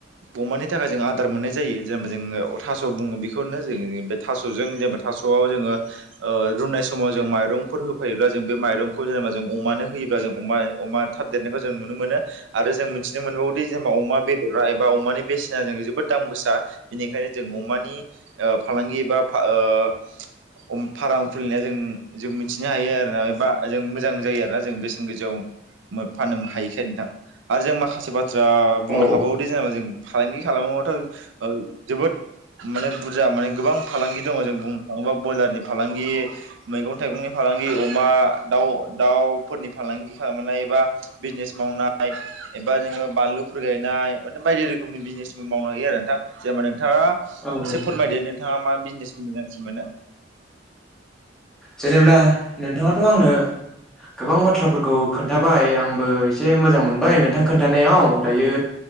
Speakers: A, on the right (about 85°); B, in the centre.
A: अमानि थाखाय जों आदार मोननाय जायो जेनेबा जों थास' बुङो बेखौनो जों बे थास'जों जे थास'आव जोङो रुनाय समाव जों माइरंफोर होफायोब्ला जों बे माइरंखौ जेनेबा जों अमानो होयो जेनेबा जों अमा थाब देरनायखौ जों नुनो मोनो आरो जों मिथिनो मोनबावोदि जेनेबा अमा बेदर एबा अमानि बेसेना जों जोबोद दाम गोसा बेनिखायनो जों अमानि फालांगि एबा ओ
B: <unintelligible>
A: फार्म खुलिनाया जों जों मिथिनो हायो आरोना एबा जों मोजां जायो आरोना जों बेसेन गोजौ फाननो हायिखाय नोंथां आरो जों माखासे बाथ्रा बुंनो
B: औ
A: हाबावोदि जेनेबा जों फालांगि खालामोबाथ' जोबोद माने बुरजा माने गोबां फालांगि दङ जों बुं थाङोबा ब्रयलारनि फालांगि मैगं थाइगंनि फालांगि अमा दाउ दाउफोरनि फालांगि फालांगि खालामनाय एबा बिजनेस मावनाय एबा जोङो बानलुफोर गायनाय माने बायदि रोखोम आंनि बिजनेसबो मावनो हायो आरो नोंथां जे मान नोंथाङा
B: औ औ
A: एसे फोरमायदो नोंथाङा मा बिजनेसखौ मोजांसिन मोनो
B: जेनेब्ला नोंथाङाथ' आंनो गोबां बाथ्राफोरखौ खोन्थाबाय आंबो एसे मोजां मोनबाय नोंथां खोन्थानायाव दायो